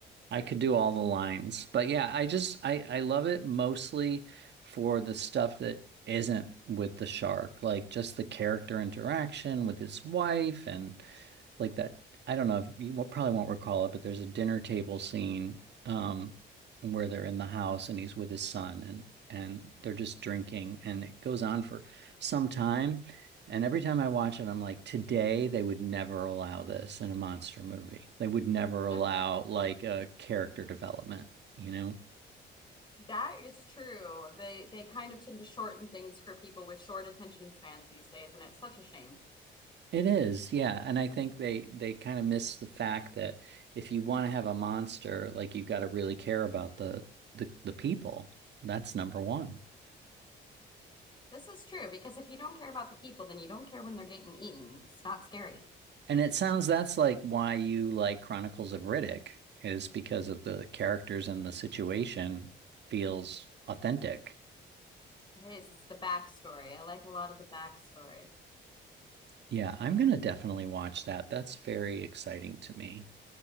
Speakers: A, on the right; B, on the left.
A: I could do all the lines. But yeah, I just I I love it mostly for the stuff that isn't with the shark, like just the character interaction with his wife and like that. I don't know if you wo- probably won't recall it, but there's a dinner table scene um, where they're in the house and he's with his son and and they're just drinking and it goes on for some time. And every time I watch it, I'm like, today they would never allow this in a monster movie. They would never allow
B: <laughs>
A: like a character development, you know?
B: That is true. They they kind of tend to shorten things for people with short attention spans these days, and it's such a shame.
A: It is, yeah. And I think they they kind of miss the fact that if you want to have a monster, like you've got to really care about the the the people. That's number one.
B: This is true because if you don't care about the people, then you don't care when they're getting eaten. It's not scary.
A: And it sounds that's like why you like Chronicles of Riddick is because of the characters and the situation feels authentic.
B: It is. It's the backstory. I like a lot of the backstory.
A: Yeah, I'm gonna definitely watch that. That's very exciting to me.